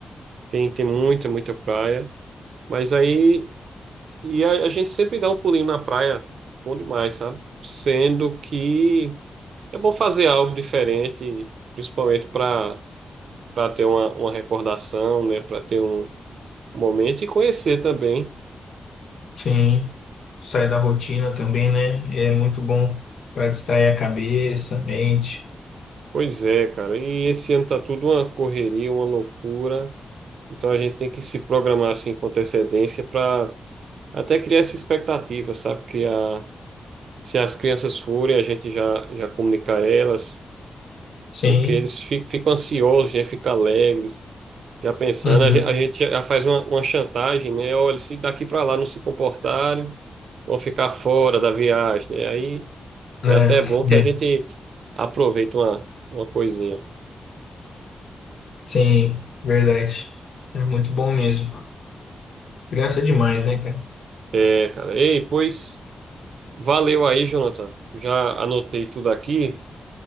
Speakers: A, on the right; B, on the left.
A: tem, tem muita, muita praia. Mas aí, e a, a gente sempre dá um pulinho na praia, bom demais, sabe? Sendo que é bom fazer algo diferente, principalmente para para ter uma, uma recordação, né? Para ter um momento e conhecer também.
B: sim, sai da rotina também, né? É muito bom para distrair a cabeça, a mente.
A: Pois é, cara. E esse ano tá tudo uma correria, uma loucura. Então a gente tem que se programar assim com antecedência para Até criar essa expectativa, sabe? Criar, se as crianças forem, a gente já, já comunicar elas,
B: Sim,
A: porque eles fi- ficam ansiosos, já ficam alegres, já pensando.
B: uhum.
A: A, gen- a gente já faz uma, uma chantagem, né? Olha, se daqui para lá não se comportarem, vão ficar fora da viagem, né? Aí
B: Né?
A: é até bom que
B: É.
A: a gente aproveita uma, uma coisinha.
B: Sim, verdade. É muito bom mesmo. Criança é demais, né, cara?
A: É, cara. Ei, pois valeu aí, Jonathan. Já anotei tudo aqui.